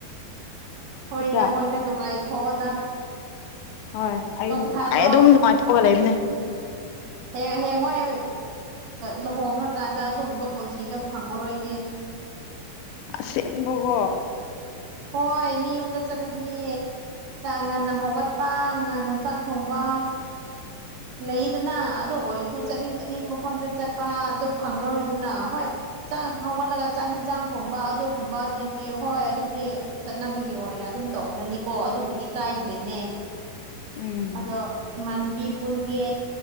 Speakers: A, on the right; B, on the left.
A: ꯍꯣꯏꯗ
B: ꯅꯠꯇ꯭ꯔꯥ
A: ꯍꯣꯏꯗ ꯅꯨꯡꯉꯥꯏꯊꯣꯑꯣꯗꯥ
B: ꯍꯣꯏ ꯑꯩ ꯅꯨꯡꯉꯥꯏ
A: ꯐꯥꯗꯣꯛ
B: ꯑꯗꯨꯝ ꯅꯨꯡꯉꯥꯏꯊꯣꯛꯑꯒ ꯂꯩꯕꯅꯦ
A: ꯍꯌꯦ ꯍꯌꯦꯡꯋꯥꯏ ꯂꯨꯍꯣꯡꯈ꯭ꯔꯀꯥꯟꯗ ꯑꯗꯨꯒꯨꯝꯕ ꯄꯨꯟꯁꯤꯗ ꯐꯪꯉꯔꯣꯏꯅꯦ
B: ꯑꯁꯦꯡꯡꯕꯒꯣ
A: ꯍꯣꯏ ꯃꯤ ꯌꯨꯝꯗ ꯆꯠꯂꯗꯤ ꯉꯟꯅ ꯍꯧꯒꯠꯄ ꯉꯟꯅ ꯆꯥꯛ ꯊꯣꯡꯕ ꯂꯩꯗꯅ ꯑꯗꯨꯗ ꯑꯣꯏꯔꯁꯨ ꯆꯠꯅꯤꯡ ꯆꯠꯅꯤꯡ ꯃꯐꯝꯗ ꯆꯠꯄ ꯑꯗꯨꯣ ꯐꯪꯉꯔꯣꯏꯗꯅ ꯍꯣꯏ ꯆꯥꯛ ꯍꯧꯒꯠꯂꯒ ꯆꯥꯛ ꯌꯦꯟꯖꯥꯡ ꯊꯣꯡꯕ ꯑꯗꯨꯒꯨꯝꯕꯗꯤꯗꯤ ꯍꯣꯏ ꯑꯗꯨꯕꯨꯗꯤ ꯆꯠꯅꯕꯒꯤ ꯑꯣꯏꯅ ꯑꯗꯨꯝ ꯇꯧ ꯍꯅꯤꯀꯣ ꯑꯗꯨꯕꯨꯗꯤ ꯀꯥꯏꯗ꯭ꯔꯦꯅꯦ
B: ꯎꯝ
A: ꯑꯗꯣ ꯏꯃꯥꯟꯅꯕꯤ ꯄꯨꯟꯒꯦ